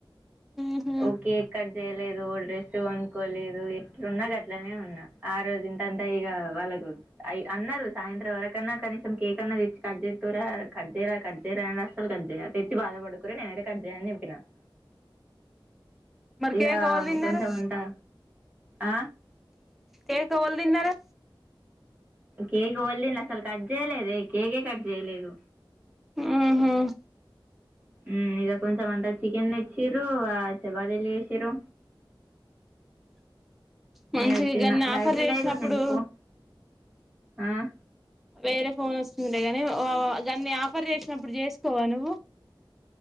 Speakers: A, in the centre; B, on the right.
A: మ్మ్ హు
B: ఓకే కట్ చేయలేదు డ్రెస్ కోనుకోలేదు ఎట్లున్నా అట్లనే ఉన్నా ఆ రోజు అంటే ఇక వాళ్ళకు అన్నారు సాయంత్రం వరకన్నా కనీసం కేక్ అన్నా తెచ్చి కట్ చేస్కోరా కట్ చేయరా కట్ చేయరా నేను అసలు కట్ చేయ తెచ్చి బాధపెట్టకూరి నేను అయితే కట్ చేయఅన్ని చెప్పినాడు.
A: మరి
B: ఇక
A: కేక్ ఎవలు తిన్నారు
B: కొంచెం అంటా ఆ
A: కేక్ ఎవళ్ళు తిన్నారు
B: కేక్ ఎవరు తిన్నారు అసలు కట్ చేయలేదే కేకే కట్ చేయలేదు
A: ఉహుమ్
B: ఉమ్ ఇక కొంచెం అంతా చికెన్ తెచ్చిరు ఆ చపాతీలు చేసిరు
A: మంచిగా
B: ఉమ్ తిన్న
A: గన్ని
B: వై
A: ఆఫర్
B: బైట్
A: చేసినప్పుడు
B: ఐతుంది నీ ఫోన్ ఆ
A: వేరే ఫోన్ వస్తుందే గాని గాన్ని ఆఫర్ చేసినప్పుడు చేసుకోవా నువ్వు